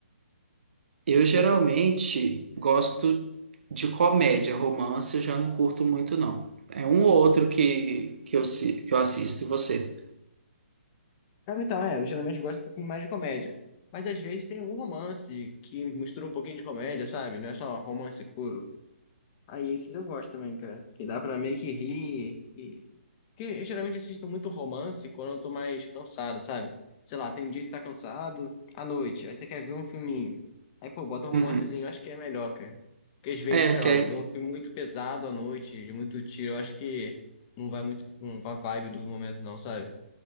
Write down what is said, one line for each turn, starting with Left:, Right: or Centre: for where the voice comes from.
Right: Eu geralmente
Left: Mas, você-
Right: gosto de comédia, romance eu já não curto muito não. É um ou outro que, que, eu, si- que eu assisto, e você?
Left: cara, então, é, eu geralmente gosto um pouquinho mais de comédia. Mas às vezes tem algum romance que mistura um pouquinho de comédia, sabe? Não é só romance puro. Aí esses eu gosto também, cara. Que dá pra meio que rir. E... Porque eu geralmente assisto muito romance quando eu tô mais cansado, sabe? Sei lá, tem um dia que você tá cansado, à noite, aí você quer ver um filminho. Aí, pô, bota um romancezinho,
Right: Uhum.
Left: eu acho que é melhor, cara. Porque às vezes,
Right: É,
Left: sei
Right: que
Left: lá,
Right: é,
Left: vou ver um filme muito pesado à noite, de muito tiro, eu acho que não vai muito com a vibe do momento, não, sabe?